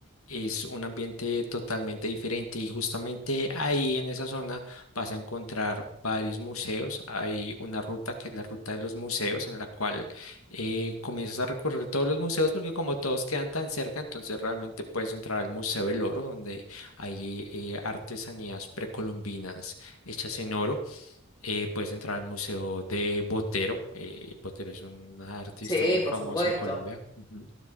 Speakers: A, on the left (about 85°); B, on the left (about 20°).
A: es un ambiente totalmente diferente. Y justamente ahí en esa zona vas a encontrar varios museos. Hay una ruta que es la ruta de los museos, en la cual eh, comienzas a recorrer todos los museos, porque como todos quedan tan cerca, entonces realmente puedes entrar al Museo del Oro, donde hay eh, artesanías precolombinas hechas en oro eh, puedes entrar al Museo de Botero. eh, Botero es un artista
B: sí,
A: muy famoso
B: por supuesto.
A: de Colombia. ujú.